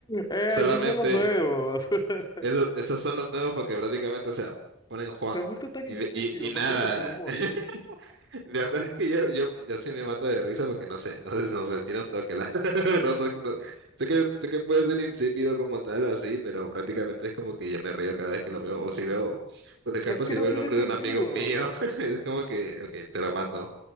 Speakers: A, on the left; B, on the right.
A: eh,
B: Solamente
A: esos son los nuevos. <laughs>
B: esos, esos son los nuevos porque prácticamente, o sea, ponen Juan
A: Se ha vuelto tan
B: y,
A: insípido,
B: y, y nada.
A: ¿no crees? El humor.
B: <laughs> La verdad es que yo, yo, yo sí me mato de risa porque no sé, no sé, no sé, tiene un toque. la- <laughs> No sé, no- sé que, sé que puede ser insípido como tal, así, pero prácticamente es como que yo me río cada vez que lo veo. O si veo, por ejemplo,
A: Es que
B: si
A: no
B: veo
A: tiene
B: el nombre
A: sentido.
B: de un amigo mío, <laughs> es como que, ok, te lo mando.